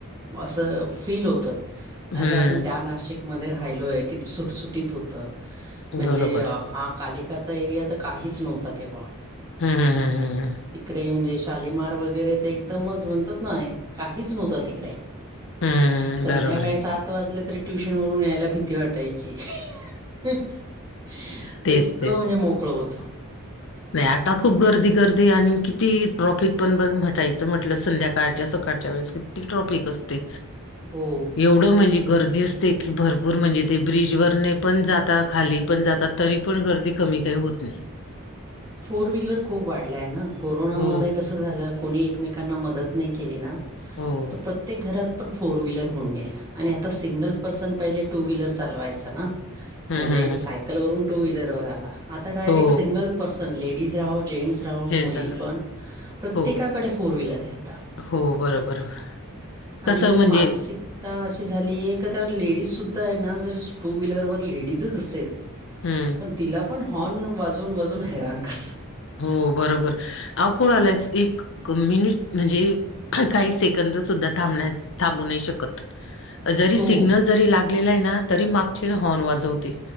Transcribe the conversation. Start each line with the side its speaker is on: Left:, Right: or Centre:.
Right: असं फील होत.
Left: हम्म
Right: अरे आपण त्या नाशिकमध्ये राहिलोय किती सुटसुटीत होत. म्हणजे
Left: बरोबर आहे
Right: हा कालिकाचा एरिया तर काहीच नव्हता तेव्हा
Left: हम्म हम्म हम्म हम्म
Right: <inaudible> तिकडे म्हणजे शालिमार वगैरे तर एकदमच म्हणतात ना काहीच नव्हतं तिकडे.
Left: हम्म
Right: संध्याकाळी
Left: बरोबर आहे
Right: सात वाजले तरी ट्युशन वरून यायला भीती वाटायची. <unintelligible> इतकं
Left: तेच तेच
Right: म्हणजे मोकळं होत.
Left: नाही आता खूप गर्दी गर्दी आणि किती ट्रॉफिक पण बघ म्हटायचं म्हटलं संध्याकाळ सकाळच्या सकाळच्या वेळेस किती ट्रॉफिक असते?
Right: हो.
Left: एवढं म्हणजे गर्दी असते की भरपूर म्हणजे ते ब्रिजवररने पण जातात खाली पण जातात. तरी पण गर्दी कमी काही होत नाही.
Right: फोर व्हीलर खूप वाढलाय ना कोरोनामध्ये
Left: हो
Right: कस झालं? कोणी एकमेकांना मदत नाही केली ना
Left: हो हो
Right: तर प्रत्येक घरात, पण फोर व्हीलर होऊन गेल्या आणि आता सिंगल पर्सन पहिले टू व्हीलर चालवायचा ना
Left: हम्म
Right: म्हणजे
Left: हम्म हम्म
Right: सायकल वरून, टू व्हीलरवर आला, आता डायरेक्ट
Left: हो
Right: सिंगल पर्स लेडीज राहो जेंटस
Left: जैसा
Right: मुली पण प्रत्येका
Left: हो
Right: कडे फोर व्हीलर आहे आता
Left: हो बरोबर कसं
Right: आणि
Left: म्हणजे
Right: मानसिक तर अशी झालीय का त्यावर लेडीज सुुद्धा आहे ना जर टू व्हीलरवर लेडीजच असेल.
Left: हम्म
Right: पण तिला पण हॉर्न वाजून वाजून हैराण कर
Left: हो बरोबर अव कोण आलायच एक क मी म्हणजे काही सेकंद सुद्धा थाबण्यात थांबू नाही शकत जरी
Right: हो.
Left: सिग्नल जरी लागलेला आहे ना तरी मागची हॉर्न वाजवतील.